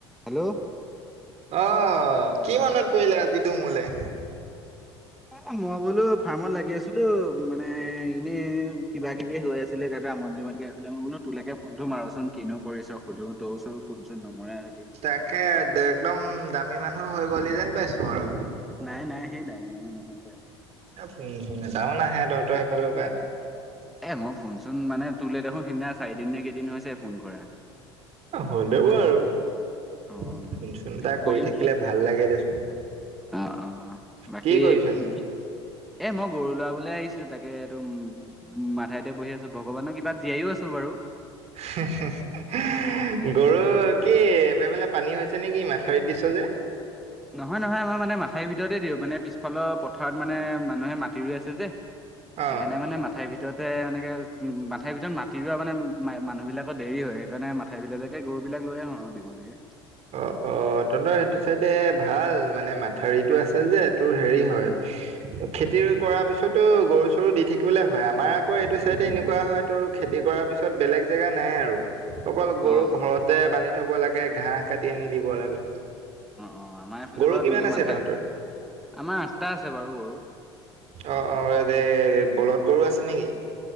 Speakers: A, in the centre; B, on the right.
A: Hello
B: আহ। কি মনত পৰিলে আজিতো মোলে?
A: অ মই বোলো ফাৰ্মত লাগি আছিলো। মানে এনে কিবা কিবি হৈ আছে। আছিলেইটা আমনজীৱনকে আছিলে। মই বোলো তোৰলকে ফোনটো মাৰো কিনো কৰিছ সুধো তো চ ফোন চোন নমৰে হলি।
B: তাকে একদম দামী মানুহ হৈ গ'ল যেন পাইছো আৰু।
A: নাই নাই সেই নাই ইমানো নহয়।
B: শু ফোন এটাাও নাহে তহঁতই সেইফালৰ পাই।
A: এ মই ফোনচোন মানে তোৰলৈ দেখোন সিদিনা চাৰিদিন নে কেইদিন হৈছে ফোন কৰা।
B: হ'লে ব আৰু।
A: অ
B: ফোনচুন
A: বাকী
B: এটা
A: কৰিম
B: কৰি থাকিলে ভাল লাগে দেচোন।
A: অ অ বাকী
B: কি কৰিছনো?
A: কি। এ মই গৰু লৰাবলে আহিছিলো তাকে এইটোম মাথাাইতে বহি আছো ভগৱানক কিবা জীয়াইও আছো বাৰু।
B: হে হে হে হে গৰু কি এফেফালে পানী হৈছে নে কি মাথাউৰিত দিছ যে।
A: অ'। নহয় নহয় আমাৰ মানে মাথাইৰ ভিতৰতেই দিওঁ মানে পিছফালৰ পথাৰত মানে মানুহে মাটি ৰুই আছে যে। সেইকাৰণে
B: অ'।
A: মানে মাথাই ভি। ভিততে এনেকে মাথাই ভিতৰত মাটি ৰোৱা মানে ম মানুহবিলাকৰ দেৰি হয় সেইকাৰণে মাথাইবিলতকে গৰু তবিলাক লৈ আহো আৰু দিব লাগে।
B: অ অ তদই সেইটো চাইডে ভাল মানে মাথাৰিটো আছে যে তোৰ হেৰি হয়
A: উম,
B: খেতি কৰাৰ পিছতো গৰু চৰু দি থাকিবলৈ হয়। আমাৰ আকৌ এইটো চাইডে এনেকুৱা হয় তো। খেতি কৰাৰ পিছত বেলেগ জেগা নাই আৰু। অকল গৰু
A: অ',
B: ঘৰতে
A: অ'।
B: বান্ধি থব লাগে ঘাঁহহ কাটি আনি দিব লাগে।
A: অ, অ, আমাৰ এইফালে
B: গৰু
A: বাৰু
B: কিমান
A: তেুনেকে
B: আছে
A: মাথাই
B: তহঁতৰ
A: আমাৰ আঠটা আছে বাৰু গৰু।
B: অ, অ এই বলদ গৰু আছে নেকি?